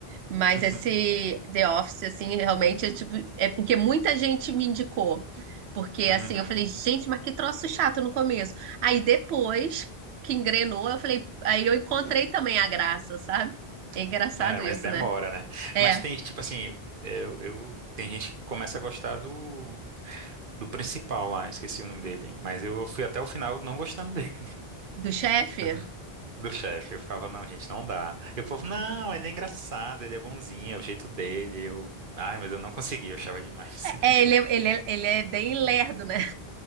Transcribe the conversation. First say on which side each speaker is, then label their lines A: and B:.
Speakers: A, on the right; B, on the right.
A: Mas
B: <laughs>
A: esse The Office, assim, realmente é tipo, é porque muita gente me indicou. Porque
B: Uhum.
A: assim, eu falei, gente, mas que troço chato no começo. Aí depois que engrenou, eu falei, aí eu encontrei também a graça, sabe? É engraçado
B: É, mas
A: isso,
B: demora,
A: né?
B: né?
A: É,
B: Mas tem, tipo assim, eu, eu- tem gente que começa a gostar do, do principal lá, esqueci o nome dele. Mas eu fui até o final não gostando dele,
A: do chefe.
B: <laughs> do chefe. Eu ficava, não, gente, não dá. E o povo, não, ele é engraçado, ele é bonzinho, é o jeito dele. Eu, ai, mas eu não consegui, eu achava demais. <laughs>
A: É, ele, é- ele, é, ele é bem lerdo, né?